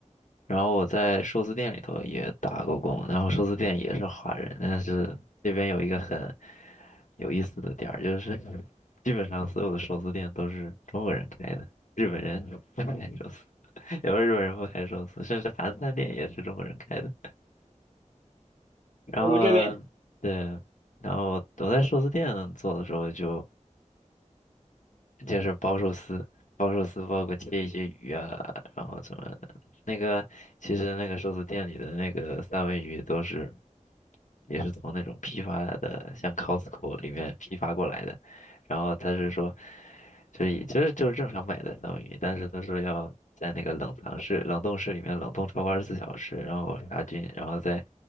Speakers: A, on the left; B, on the right.
A: 然后我在寿司店里头也打过工，然后寿司店也是华人，但是这边有一个很有意思的点儿，就是基本上所有的寿司店都是中国人开的，日本人不开寿司，<laughs> 有日本人不开寿司，甚至韩餐店也是中国人开的，然后，
B: 我们这边，
A: 对，然后我在寿司店做的时候就。就是包寿司，包寿司包括切一些鱼啊，然后怎么的。那个其实那个寿司店里的那个三文鱼都是也是从那种批发的，像 Costco 里面批发过来的。然后他是说，就是以就是就是正常买的三文鱼，但是他说要在那个冷藏室、冷冻室里面冷冻超过二十四小时，然后杀菌，然后再